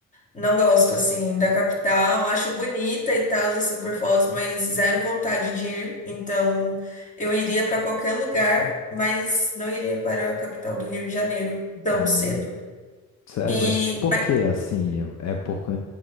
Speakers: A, on the left; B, on the left.
A: Não gosto, assim, da capital. Acho bonita e tal, assim, por fotos, mas zero vontade de ir. Então, eu iria para qualquer lugar, mas não iria para a capital do Rio de Janeiro tão
B: Hum,
A: cedo.
B: Sério,
A: E,
B: mas por
A: mas,
B: que assim? É por, co-